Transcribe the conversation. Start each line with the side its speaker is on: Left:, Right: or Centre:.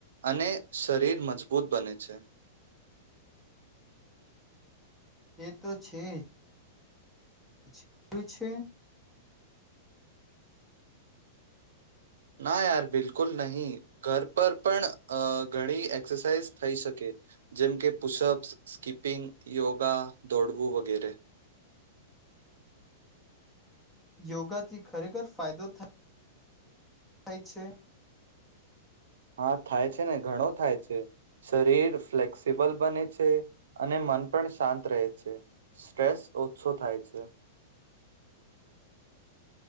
Right: અને શરીર મજબૂત બને છે.
Centre: એ તો છે. <unintelligible> છે.
Right: ના યાર બિલકુલ નહીિ ઘર પર પણ ઘણી એક્સરસાઇઝ થઈ શકે જેમ કે પુશઅપ્સ સ્કીપિંગ યોગા દોડવું વગેરે
Centre: યોગાથી ખરેખર ફાયદો થાય. થાય છે.
Right: હા થાય છે ને ઘણું થાય છે શરીર ફ્લેક્સિબલ બને છે અને મન પણ શાંત રહે છે સ્ટ્રેસ ઓછો થાય છે.